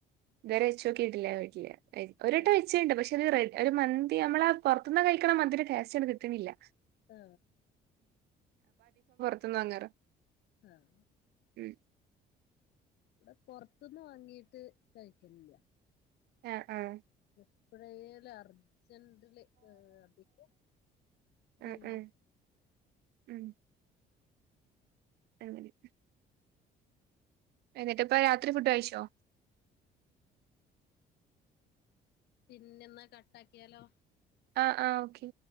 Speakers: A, on the right (about 75°); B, on the left (about 75°).
A: ഇത് വരെ വെച്ചോകിട്ടില്ല വീട്ടില് പ്പോ ഒരട്ടം
B: ആഹ്
A: വെച്ചുണ്ട് പക്ഷെ അത് റെഡ് ഒരു മന്തി നമ്മള ആ പൊ റത്തുനിന്ന് കഴിക്കണ മന്തീന്റെ ടേസ്റ്റ് അങ്ങട്ട് കിട്ട്ണില്ല
B: ആ
A: പുറത്തിന്ന വാങ്ങാർ
B: ആഹ
A: മ്
B: ഇവിടെ പൊറത്തുന്ന് വാങ്ങീട്ട് കഴിക്കുന്നില്ല
A: ആ ആഹ്
B: എപ്പഴേലു അർ അർജൻ്റില് ഏഹ് അതികവും അതന്നെ
A: ഉം ഉം ഉം അങ്ങനെ എന്നിട്ട് ഇപ്പ രാത്രി ഫുഡ് കഴിച്ചോ
B: പിന്നെ എന്നാ കട്ട് ആക്കിയാലോ
A: ആഹ് ആഹ് ഓക്കെ